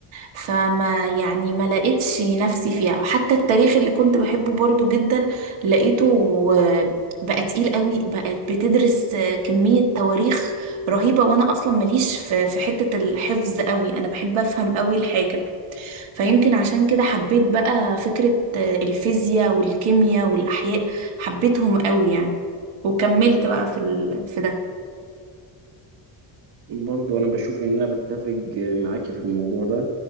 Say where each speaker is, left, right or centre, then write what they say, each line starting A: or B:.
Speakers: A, on the right; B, on the right.
A: فما يعني ما لقيتش نفسي فيها حتى التاريخ اللي كنت بحبه برضو جدا لقيته آه، بقى تقيل قوي بقت بتدرس آه، كمية تواريخ رهيبة وانا اصلا ماليش في في حتة الحفظ قوي انا بحب افهم قوي الحاجة فيمكن عشان كده حبيت بقى فكرة آه، الفيزياء والكيمياء والاحياء حبيتهم قوي يعني وكملت بقى في ال... في ده
B: برضه أنا باشوف إن أنا باتفق معاك في الموضوع ده،